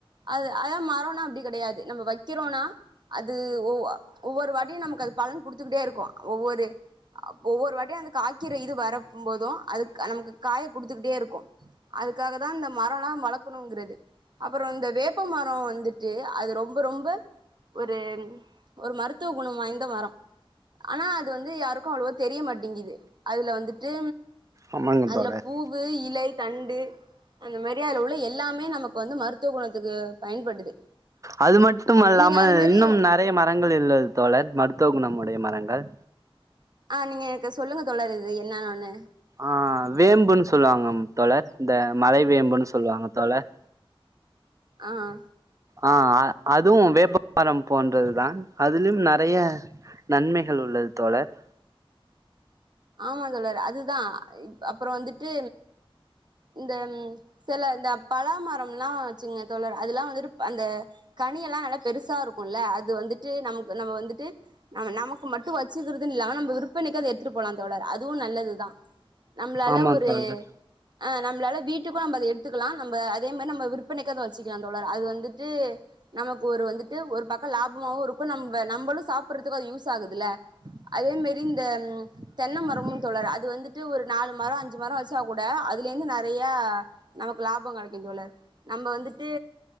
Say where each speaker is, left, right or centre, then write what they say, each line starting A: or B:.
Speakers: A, on the right; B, on the right.
A: அது அதான் மரோம்னா அப்படி கிடையாது நம்ம வைக்கிறோம்னா அது ஒ ஒவ்வொரு வாட்டியும் நமக்கு அது பலன் கொடுத்துக்கிட்டே இருக்கும் ஒவ்வொரு ஒவ்வொரு வாட்டையும் அந்த காய்கிற இது வர போதும் அது நமக்கு காய குடுத்துக்கிட்டே இருக்கும் அதுக்காக தான் அந்த மரம்லாம் வளர்க்கணுங்கிறது அப்புறம் இந்த வேப்ப மரம் வந்துட்டு அது ரொம்ப ரொம்ப ஒரு ஒரு மருத்துவ குணம் வாய்ந்த மரம் ஆனா அது வந்து யாருக் கும் அவ்வளவா தெரிய மாட்டேங்குது அதுல வந்துட்டு
B: ஆமாங்க
A: அதுல
B: தோழர்
A: பூவு இலை தண்டு அந்த மாரி உள்ள எல்லாமே நமக்கு வந்து மருத்துவ குணத்துக்கு பயன்படுது
B: அது மட்டும் அல்லாமல்
A: நீங்க அது மாதிரி
B: இன்னும் நறைய மரங்கள் இள்ளது தோழர் ம த்தோக்கு நம்முடைய மரங்கள்
A: ஆஹ் நீங்க எனக்கு சொல்லுங்க தோழர் என்னனன்னு
B: ஆஹ் வேம்புன்னு சொல்லுவாங்க தோழர் இந்த மலை வேம்புன்னு சொல்லுவாங்க தோழர்
A: ஆஹ்
B: ஆஹ் அ அத் அதுவும் வேப்பகாரம் போன்றது தான் அதுலயும் நறைய நன்மைகள் உள்ளது தோழர்
A: ஆமா தோழர் அதுதான் அப்புறம் வந்துட்டு இந்த ம் சில இந்த பலாமரம்லாம் இருச்சுங்க தோழர் அதெல்லாம் வந்துட்டு அந்த கனிய எல்லாம் நல்லா பெருசா இருக்கும்ல்ல அது வந்துட்டு நமக்கு நம்ம வந்துட்டு நம நமக்கு மட்டும் வச்சுக்கறதுன்னு இல்லாம நம்ம விற்பனைக்கு அத எடுத்து போலாம் தோழர் அதுவும் நல்லதுதான் நம்மளால
B: ஆமா
A: ஒரு
B: தோழர்
A: ஆஹ் நம்மளால வீட்டுக்கும் நம்ம அத எடுத்துக்கலாம் நம்ம அதே மாரி நம்ம விற்பனைக்கோ அத வச்சுக்கலாம் தோழர் அது வந்துட்டு நமக்கு ஒரு வந்துட்டு ஒரு பக்கம் லாபமாவும் இருக்கும் நம்ம நம்மளும் சாப்படுறதுக்கும் அது யூஸ் ஆகுதுல அதே மேரி இந்த தென்ன மரமும் தோழர் அது வந்துட்டு ஒரு நாலு மரம் அஞ்சு மரம் வச்சா கூட அதுல இருந்து ந றைய நமக்கு லாபம் கிடைக்கும் தோழர் நம்ம வந்துட்டு